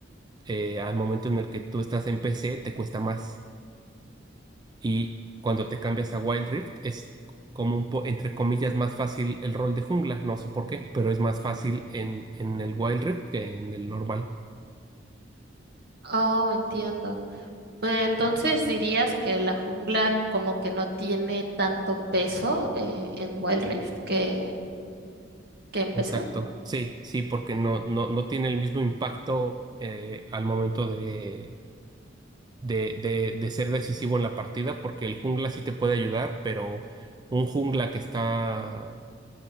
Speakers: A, on the right; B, on the right.
A: eh, al momento en el que tú estás en PC te cuesta más. Y cuando te cambias a Wild Rift es como un po, entre comillas, más fácil el rol de jungla, no sé por qué, pero es más fácil en, en el Wild Rift que en el normal.
B: Oh, entiendo. Eh, Entonces dirías que la jungla como que no tiene tanto peso eh, en Wild Rift que, que empecé.
A: Exacto. Sí, sí, porque no, no, no tiene el mismo impacto eh, al momento de, de, de, de ser decisivo en la partida, porque el jungla sí te puede ayudar, pero un jungla que está